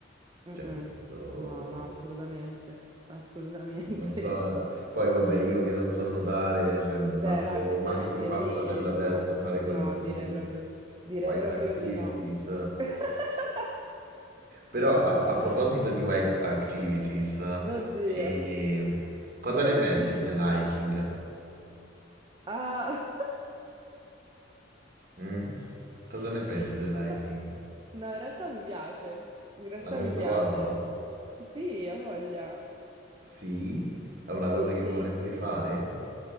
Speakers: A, on the right (about 25°); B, on the right (about 50°).
A: Mm-mm.
B: Cioè, nel senso...
A: No, no, assolutamente, assolutamente.
B: Non so,
A: <laughs>
B: poi vabbè, io che non so nuotare, cioè, manco,
A: Beh, no, effettivamente
B: manco mi passa
A: lì
B: per la
A: no,
B: testa fare
A: no,
B: cose così,
A: direi proprio, direi
B: white
A: proprio
B: activities.
A: di no. <laughs>
B: Però a, a proposito di white activities,
A: Oddio,
B: eh, cosa ne
A: oddio.
B: pensi dell'hiking?
A: Ah.
B: Mm? Cosa ne pensi dell'hiking?
A: <laughs> No, in realtà mi piace, in realtà
B: L'hai mai
A: mi
B: provato?
A: piace. Sì, ha voglia.
B: Sì? È una
A: Sì,
B: cosa
A: sì.
B: che vorresti fare?